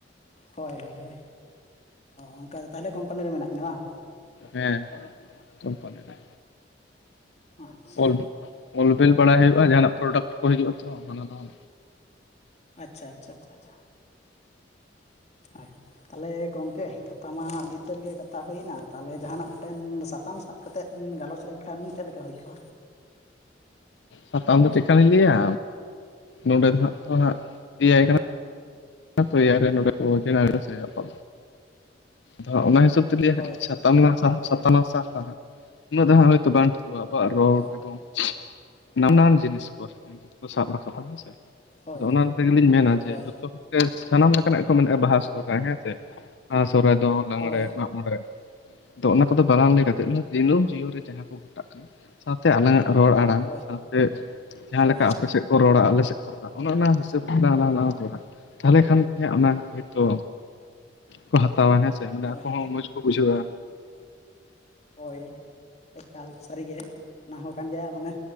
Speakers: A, on the left; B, on the left.
A: ᱦᱳᱭ ᱦᱳᱭ ᱦᱳᱭ ᱚᱱᱠᱟ ᱫᱚ ᱛᱟᱦᱚᱞᱮ ᱠᱚᱢᱯᱟᱱᱤ ᱨᱮ ᱢᱮᱱᱟᱜ ᱵᱤᱱᱟ ᱵᱟᱝ
B: ᱦᱮᱸ ᱪᱢᱯ <unintelligible>
A: ᱟᱪᱪᱷᱟ
B: ᱚᱞ ᱚᱞ ᱵᱮᱤᱞ ᱵᱟᱲᱟᱭ ᱦᱩᱭᱩᱜᱼᱟ ᱡᱟᱦᱟᱱᱟᱜ ᱯᱨᱚᱰᱟᱠᱴ ᱠᱚ ᱦᱤᱡᱩᱜᱼᱟ ᱛᱚ ᱚᱱᱟ ᱫᱚ
A: ᱟᱪᱪᱷᱟ ᱟᱪᱪᱷᱟ ᱪᱷᱟ ᱪᱷᱟ ᱪᱷᱟ ᱦᱚᱭ ᱛᱟᱦᱚᱞᱮ ᱜᱚᱢᱠᱮ ᱜᱟᱯᱟ ᱢᱟ ᱟᱹᱰᱤ ᱩᱛᱟᱹᱨ ᱜᱮ ᱠᱟᱛᱷᱟ ᱦᱩᱭᱱᱟ ᱛᱟᱦᱚᱞᱮ ᱡᱟᱦᱟᱱᱟᱜ ᱢᱤᱫᱴᱮᱱ ᱥᱟᱛᱟᱢ ᱥᱟᱵ ᱠᱟᱛᱮᱫ ᱜᱟᱞᱚᱪ ᱞᱮᱱᱠᱷᱟᱱ ᱪᱮᱫ ᱞᱮᱠᱟ ᱦᱩᱭ ᱠᱚᱜᱼᱟ
B: ᱥᱟᱛᱟᱢ ᱫᱚ ᱪᱮᱫ ᱟᱹᱞᱤᱧ ᱞᱟᱹᱭᱟ ᱱᱚᱰᱮ ᱫᱚ ᱦᱜ ᱛ ᱦᱜ ᱭᱟᱭ ᱠᱟᱱᱟ <inaudible> ᱠᱚ ᱤᱭᱟᱹ ᱨᱮ ᱱᱚᱰᱮ ᱠᱚ ᱥᱮᱬᱟᱭᱟ ᱦᱮᱸ ᱥᱮ ᱟᱫᱚ ᱦᱟᱸᱜ ᱚᱱᱟ ᱦᱤᱥᱟᱹᱵ ᱛᱮ ᱱᱤᱛᱚᱜ
A: ᱦᱳᱭ
B: ᱜᱮ ᱞᱟᱹᱭᱟ ᱦᱟᱸᱜ ᱥᱟᱛᱟᱢ ᱞᱟᱝ ᱥᱟᱵᱟ ᱥᱟᱛᱟᱢ ᱞᱟᱝ ᱥᱟᱵᱟ ᱦᱟᱸᱜ ᱩᱱᱟᱹᱜ ᱫᱚ ᱦᱟᱸᱜ ᱦᱳᱭᱛᱳ ᱵᱟᱝ ᱴᱷᱤᱠᱚᱜ-ᱟ ᱟᱠᱚᱣᱟᱜ ᱨᱚᱲ
A: ᱦᱳᱭ
B: ᱮᱵᱚᱝ ᱱᱟᱱᱟᱱ ᱡᱤᱱᱤᱥ <unintelligible> ᱠᱚ ᱥᱟᱵ ᱨᱟᱠᱟᱵᱟ ᱦᱮᱸ ᱥᱮ
A: ᱦᱳᱭ
B: ᱟᱫᱚ
A: ᱦᱳᱭ
B: ᱚᱱᱟ ᱛᱮ ᱜᱮᱞᱤᱧ ᱢᱮᱱᱟ
A: ᱦᱳᱭ
B: ᱡᱮ ᱡᱷᱚᱛᱚ ᱦᱚᱲ ᱥᱟᱱᱟᱢ ᱞᱮᱠᱟᱱᱟᱜ ᱜᱮ ᱠᱚ ᱢᱮᱱᱼᱟ ᱵᱟᱦᱟ ᱥᱚᱦᱨᱟᱭ ᱦᱮᱸ ᱥᱮ ᱵᱟᱦᱟ ᱥᱚᱦᱨᱟᱭ ᱫᱚ ᱞᱟᱜᱽᱬᱲᱮ
A: ᱦᱳᱭ
B: ᱢᱟᱜ ᱢᱚᱬᱮ ᱟᱫᱚ ᱚᱱᱟ ᱠᱚᱫᱚ ᱵᱟᱞᱟᱝ ᱞᱟᱹᱭ ᱠᱟᱛᱮ ᱫᱤᱱᱟᱹᱢ ᱡᱤᱭᱚᱱ ᱨᱮ ᱡᱟᱦᱟᱸ ᱠᱚ ᱜᱷᱚᱴᱟᱜ ᱠᱟᱱᱟ ᱥᱟᱶᱛᱮ ᱟᱞᱟᱝᱟᱜ ᱨᱚᱲ ᱟᱲᱟᱝ
A: ᱦᱳᱭ
B: ᱥᱟᱶᱛᱮ ᱡᱟᱦᱟᱸ
A: ᱦᱳᱭ
B: ᱞᱮᱠᱟ ᱟᱯᱮ ᱥᱮᱫ ᱠᱚ ᱨᱚᱲᱟ ᱟᱞᱮ ᱥᱮᱫ ᱠᱚ ᱨᱚᱲᱟ ᱚᱱᱮ ᱚᱱᱟ ᱦᱤᱥᱟᱹᱵᱽ <unintelligible> ᱛᱟᱞᱦᱮ ᱠᱷᱟᱱ ᱜᱮ ᱚᱱᱟ ᱦᱭᱛᱳ ᱠᱚ ᱦᱟᱛᱟᱣᱟ ᱦᱮᱸᱥᱮ
A: ᱦᱳᱭ
B: ᱢᱟᱱᱮ ᱟᱠᱚ
A: ᱦᱳᱭ
B: ᱦᱚᱸ ᱢᱚᱸᱡᱽ ᱠᱚ ᱵᱩᱡᱷᱟᱹᱣᱟ
A: ᱦᱳᱭ ᱮᱠᱟᱞ ᱥᱟᱹᱨᱤᱜᱮ ᱚᱱᱟ ᱦᱚᱸ ᱠᱟᱱ ᱜᱮᱭᱟ ᱢᱟᱱᱮ